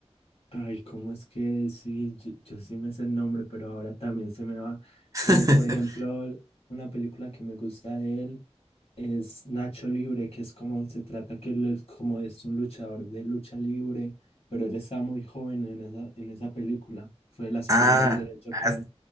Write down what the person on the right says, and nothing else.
<laughs>
Ah,
ah,